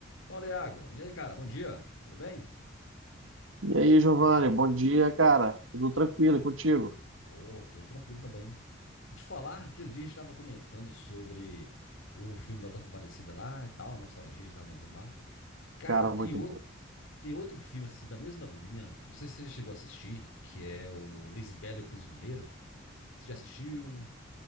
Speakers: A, on the left; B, on the right.
A: Fala, Iago. E aí, cara? Bom dia. Tudo bem?
B: E aí, Giovanni, bom dia, cara. Tudo tranquilo e contigo?
A: Ô, tudo tranquilo também. Deixa eu te falar, aquele dia a gente estava comentando sobre o filme da Auto da Compadecida lá e tal, a nostalgia, a gente tava lembrando lá. Cara,
B: Cara,
A: tem
B: muito
A: outro,
B: bom.
A: tem outro filme assim da mesma linha. Não sei se você chegou a assistir, que é o Lisbela e o Prisioneiro. Você já assistiu?